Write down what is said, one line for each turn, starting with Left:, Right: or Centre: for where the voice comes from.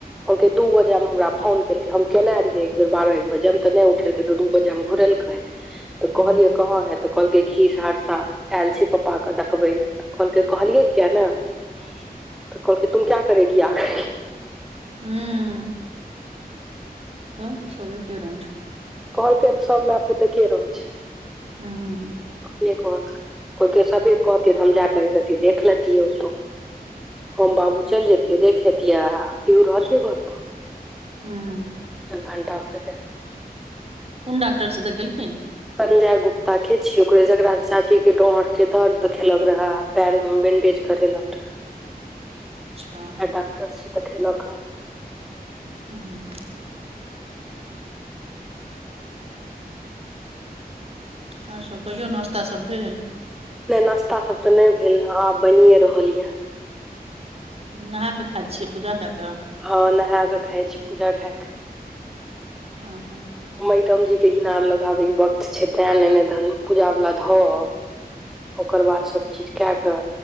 Centre: कहलकै दू बजे मे हमरा फोन केलकै हम केने रहियै एक बेर बारह एक बजे मे तऽ नहि उठेलकै त दू बजे मे घुरेलकै तऽ
Right: हँ
Centre: कहलियै कहाँ है तऽ कहलकै की सहरसा आयल छै पप्पाके देखबै लए तऽ कहलकै कहलियै किया ने तऽ कहलकै तुम क्या करेगी आ करके
Right: हुँ तऽ सब एके रंग छो
Centre: कहलकै सब माय पूत एके रंग छै
Right: हुँ
Centre: अपने कहलकै कहलकै सबेर अयतै तऽ हम जाकऽ एक रत्ती देख लेतियै ओतौ हम बाबू चलि जेतियै देख एतिये आ पिहु रहतियै घर पर
Right: हुँ
Centre: एक घण्टा ओतऽ जाय मे
Right: कोन डाक्टर से देखेलखिन
Centre: संजय गुप्ता के छियै ओकरे जकरा से चाची के डांर के दर्द देखेलक रहे पैर मे बैंडेज करै लक रहै
Right: अच्छा
Centre: वैहे डाक्टर से देखेलक हँ
Right: हुंम्म हूंम्म आओर सभ कहियौ नाश्ता सब भेल
Centre: नहि नाश्ता सब तऽ नहि भेल ह आब बनिये रहल ये
Right: नहा क खाइ छियै पूजा कए कऽ
Centre: हँ नहा कऽ खाय छी पूजा क‌ए के
Right: हँ हँ
Centre: मैडम जी के इनार लग आबै वक्त छै तैं ने नै तन पूजा वला धऽ आउ ओकर बाद सबचीज कए कऽ